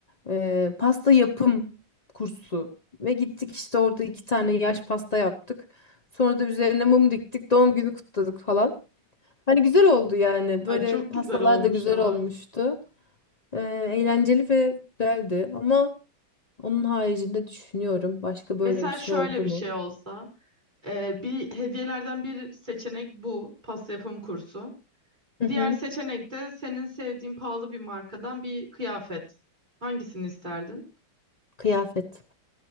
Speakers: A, on the left (about 65°); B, on the right (about 20°).
A: Eee, pasta yapım kursu ve gittik işte orada iki tane yaş pasta yaptık. Sonra da üzerine mum diktik, doğum günü kutladık falan. Hani güzel oldu yani.
B: Ay
A: Böyle
B: çok
A: pastalar
B: güzel olmuş
A: da güzel
B: ha.
A: olmuştu. Eee, eğlenceli ve güzeldi ama onun haricinde düşünüyorum başka
B: Mesela
A: böyle bir şey
B: şöyle
A: oldu
B: bir
A: mu?
B: şey olsa, e, bir hediyelerden bir seçenek bu pasta yapım kursu.
A: Hı
B: Diğer
A: hı.
B: seçenek de senin sevdiğin pahalı bir markadan bir kıyafet. Hangisini isterdin?
A: Kıyafet.